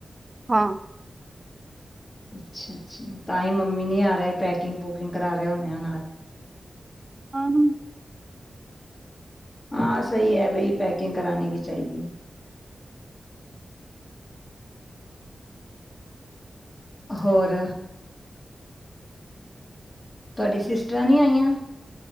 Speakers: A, on the right (about 30°); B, on the left (about 30°).
A: ਹਾਂ।
B: ਅੱਛਾ ਅੱਛਾ ਤਾਂ ਹੀ ਮੰਮੀ ਨਹੀਂ ਆ ਰਹੇ ਪੈਕਿੰਗ ਪੂਕਿੰਗ ਕਰਾ ਰਹੇ ਹੋਣੇ ਆ ਨਾਲ।
A: ਆਹ ਹੂੰ।
B: ਹਾਂ ਸਹੀ ਹੈ ਬਈ ਪੈਕਿੰਗ ਕਰਾਣੀ ਵੀ ਚਾਹੀਦੀ ਹੈ। ਹੋਰ। ਤੁਹਾਡੀਆਂ ਸਿਸਟਰਾਂ ਨੀ ਆਈਆਂ।